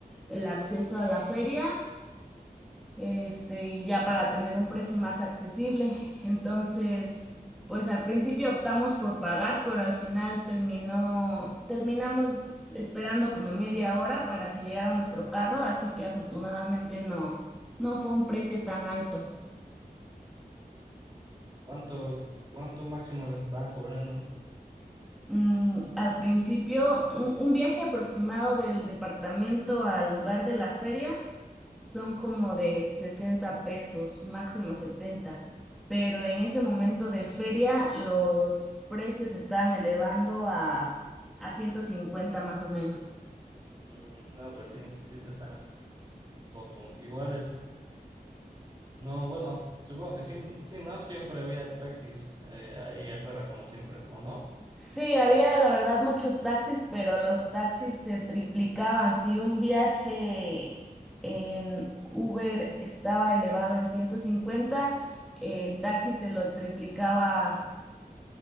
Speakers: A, in the centre; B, on the right.
A: el acceso a la feria este, ya para tener un precio más accesible. Entonces, pues al principio optamos por pagar, pero al final terminó, terminamos esperando como media hora para que llegara nuestro carro, así que afortunadamente no, no fue un precio tan alto.
B: ¿Cuánto, cuánto máximo les estaban cobrando?
A: Mm, al principio, un, un viaje aproximado del departamento al lugar de la feria. son como de 60 pesos, máximo setenta pero en ese momento de feria los precios se estaban elevando a, a 150 más o menos.
B: Mm, no, pues sí, sí se está poco. Igual es, no, bueno, supongo que sí, sí, ¿no? Siempre había taxis eh, ahí afuera como siempre, ¿o no?
A: Sí, había la verdad muchos taxis, pero los taxis se triplicaban. Si un viaje en Uber estaba elevado en ciento cincuenta el taxi te lo triplicaba